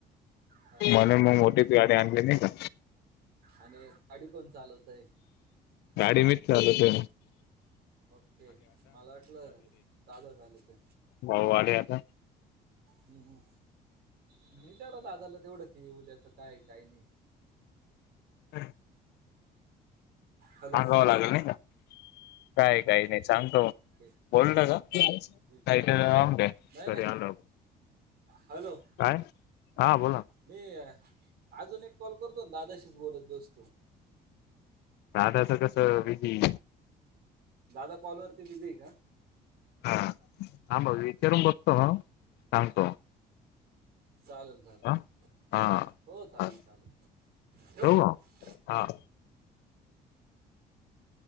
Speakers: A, on the right; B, on the left.
A: हा
B: म्हणे
A: हा
B: मग मोठे पिवाडे आणले नाही का
A: आणि गाडी कोण चालवत आहे.
B: गाडी मीचल ते
A: ओके मला वाटलं, दादा झालं ते
B: भाऊ आले आता
A: हम् हम्म विचारा आजाला तेवढं की उद्याचं काय काय नाही
B: हम
A: हॅलो
B: सांगावं लागेल नाही का काय काही नाही सांगतो,
A: ओके
B: बोलता काथ
A: विच-
B: रा द्या
A: नाही
B: घरी
A: नाही
B: आलं
A: हॅलो.
B: काय हां बोला
A: मी अजून एक कॉल करतो, दादाशीच बोलत बसतो
B: दादाचं कसं बीपी
A: दादा कॉल वरती बिझी आहे का?
B: हा हां भाऊ विचारून बघतो हा सांगतो.
A: चालेल ना चालेल
B: हा हा
A: हो चालेल
B: हा
A: चालेल ठेऊ
B: ठेवू
A: का?
B: मग हा.